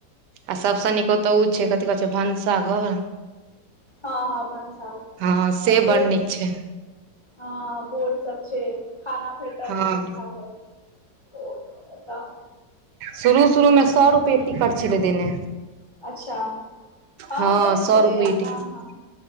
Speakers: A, on the right (about 80°); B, on the left (about 45°).
A: आ सबसे नीक ओतयऽ ओ छैय, कथी कहैत छै भनसाघर
B: हां हां भनसाघर
A: हँ से
B: आ बोट
A: बड़ नीक छै
B: हां बोट सब छैय, खाना भेटत
A: हँ
B: भनसाघर ओतय
A: शुरू-शुरूमे सबके टिकट छलै दने,
B: अच्छा हँ
A: हां
B: देने
A: सबके
B: छलैया
A: ई
B: हँ
A: टिकट
B: हँ